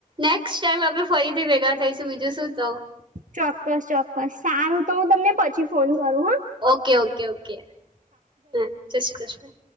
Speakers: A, on the right; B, on the right.
A: નેક્સ્ટ ટાઈમ આપડે ફરીથી ભેગા થઈશું બીજું શું તો.
B: ચોાક ચક કસ સારું તો હું તમને પછી ફોન કરું હા.
A: ઓ કે ઓ કે ઓ કે હા, જય શ્રી કૃષ્ણ.